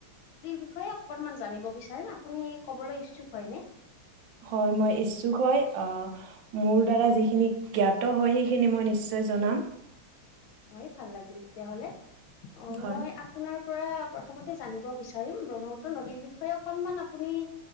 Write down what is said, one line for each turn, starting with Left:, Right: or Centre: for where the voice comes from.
Left: বিষয়ে অকনমান জানিব বিচাৰো। আপুনি কবলৈ ইচ্ছুক হয়নে?
Right: হয়ঁ মই ইচ্ছুক হয়ঁ অঁ- মোৰ দ্বাৰা যিখিনি জ্ঞাত হয় সেইখিনি মই নিশ্চয় জনাম।
Left: হয়ঁ ভাল লাগিল তেতিয়া হ'লে।
Right: হয়।
Left: মই আপোনাৰ পৰা- প্ৰথমতে জানিব বিচাৰিম ব্ৰহ্মপুত্ৰ নদীৰ বিষয়ে অকনমান আপুনি-